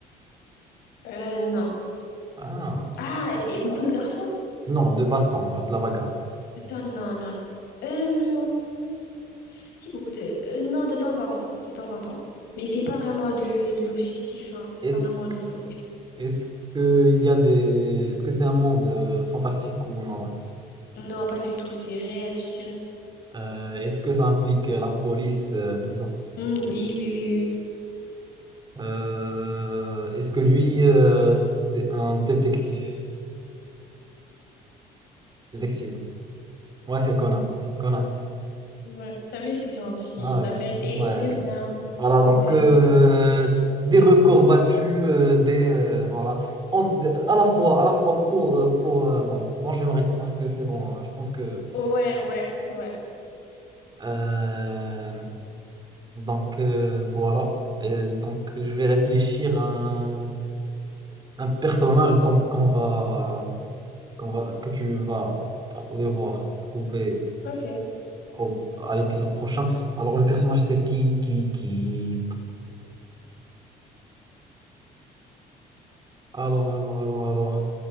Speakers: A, on the left; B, on the right.
A: Euh, non.
B: Ah,
A: Ah, des- beaucoup de garçons?
B: non, de Baston, euh, de la bagarre.
A: Attends, non, non, non. Euh, est-ce qu'il y a beaucoup de... euh, non, de temps en temps. De temps en temps. Mais c'est pas vraiment le, l'objectif, hein. C'est
B: Est-ce
A: pas vraiment le focus.
B: Est-ce que il y a des... Est-ce que c'est un monde euh, fantastique ou non?
A: Non, pas du tout. C'est réel, je dirais.
B: Euh, est-ce que ça implique euh, la police, euh, tout ça?
A: Hmm, oui, oui, oui, oui. oui.
B: Euh, est-ce que lui, euh, c'est un détective? Détective. Ouais, c'est Conan.
A: Ouais, ouais,
B: Conan.
A: ouais. T'as vu, c'était gentil.
B: Ah,
A: La
B: je-
A: vérité
B: ouais.
A: est de rien.
B: Voilà, donc
A: De...
B: euh, des records battus, euh, des euh, voilà. En- de- à la fois, à la fois pour euh, pour euh, bon, bon, je vais m'arrêter parce que c'est bon. euh, Je pense que
A: Ouais, ouais, ouais.
B: euh, Donc euh, voilà. Et donc je vais réfléchir à un, un personnage donc qu'on va, qu'on va, que tu vas tr- devoir trouver
A: Ok.
B: au- à l'épisode prochain. Alors le personnage c'est qui, qui, qui. Alors, alors, alors, alors.